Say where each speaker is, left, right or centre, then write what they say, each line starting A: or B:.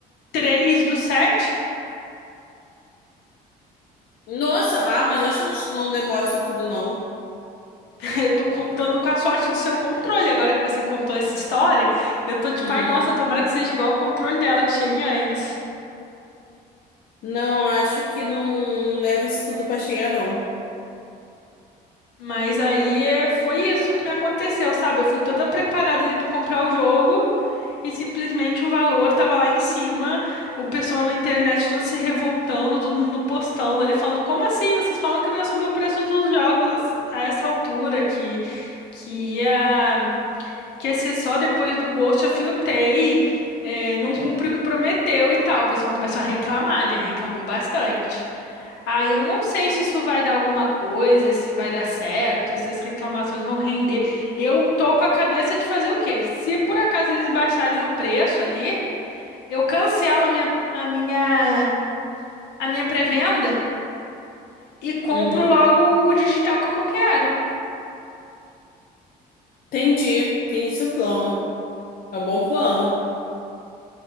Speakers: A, on the left (about 85°); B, on the left (about 60°).
A: três do sete.
B: Nossa, ah, mas eu acho que não, não demora isso tudo não.
A: Eu tô contando com a sorte do seu controle. Agora que você contou essa história, eu tô tipo,
B: Uhum.
A: ai, nossa, tomara que seja igual o controle dela, que chegue antes.
B: Não, acho que não, não leva isso tudo pra chegar não.
A: Mas aí é, foi isso que me aconteceu, sabe? Eu fui toda preparada ali pra comprar o jogo e simplesmente o valor tava lá em cima, o pessoal na internet todo se revoltando, todo mundo postando ali, falando: como assim? Vocês falam que não ia subir o preço dos jogos a a essa altura aqui? Que ia, que ia ser só depois do Ghost of Yotei, é, não cumpre o que prometeu e tal. O pessoal começou a reclamar, né? Reclamou bastante. Ah, eu não sei se isso vai dar alguma coisa, se vai dar certo, se as reclamações vão render. Eu tô com a cabeça de fazer o quê? Se por acaso eles baixarem o preço ali, eu cancelo a minha, a minha, a minha pré-venda e compro
B: Uhum.
A: logo o digital que é o que eu quero.
B: Entendi, entendi seu plano. É um bom plano.